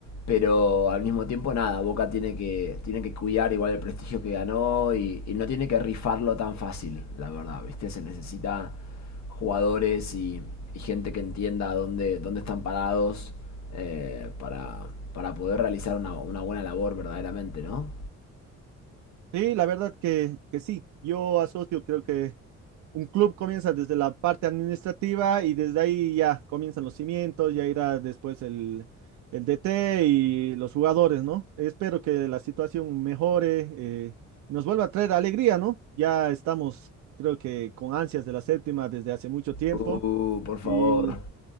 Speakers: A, on the left; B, on the right.
A: Pero al mismo tiempo, nada, Boca tiene que, tiene que cuidar igual el prestigio que ganó y, y no tiene que rifarlo tan fácil, la verdad, ¿viste? Se necesita jugadores y, y gente que entienda dónde, dónde están parados eh, para, para poder realizar una, una buena labor verdaderamente, ¿no?
B: Sí, la verdad que, que sí. Yo asocio, creo que un club comienza desde la parte administrativa y desde ahí ya comienzan los cimientos, ya irá después el, el DT y los jugadores, ¿no? Espero que la situación mejore, eh, nos vuelva a traer alegría, ¿no? Ya estamos, creo que con ansias de la séptima desde hace mucho tiempo
A: Uh, por favor.
B: y